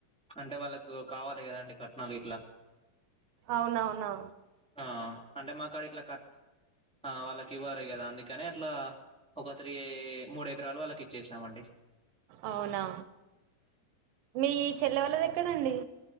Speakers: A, in the centre; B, on the right (about 80°).
A: అంటే వాళ్ళకు కావాలి కదా అండి కట్నాలు ఇట్లా
B: అవునవునా నా
A: ఆ అంటే మా కాడ ఇట్లా క ఆ వాళ్ళకి ఇవ్వరు కదా అందుకని అట్లా ఒక త్రీ మూడు ఎకరాలు వాళ్ళకి ఇచ్చేసినమండీ
B: అవునా మీ చెల్లె వాళ్ళది ఎక్కడండి